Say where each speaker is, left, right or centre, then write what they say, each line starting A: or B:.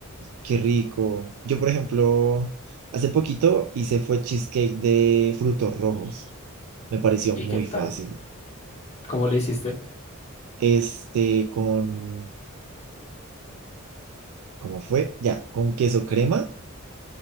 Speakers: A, on the right; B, on the left.
A: qué rico. Yo, por ejemplo, hace poquito hice fue cheesecake de frutos rojos. Me pareció
B: ¿Y
A: muy
B: qué tal?
A: fácil.
B: ¿Cómo le hiciste?
A: Este, con, ¿cómo fue? Ya, con queso crema,